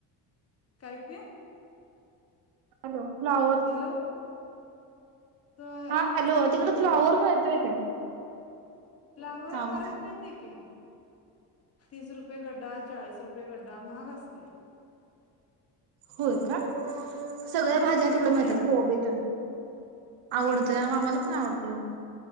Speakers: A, on the left; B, on the right.
A: काय ते?
B: Hello flower?
A: हॅलो त
B: हा
A: आवाज
B: हॅलो
A: कटकट
B: तिकड
A: याय
B: फ्लॉवर
A: लागलाय
B: मिळतील काय?
A: फ्लावर
B: थांब
A: बरच मिळतेय की? तीस रुपये गड्डा चाळीस रुपये? रुपये गड्डा महाग असतय.
B: होय का सगळ्या
A: मला
B: भाज्या
A: फ्लावर
B: तिकडे मिळतात
A: लय आवडते
B: कोबी तर आवडतंय
A: मिळतात
B: आम्हाला पण आवडत. तर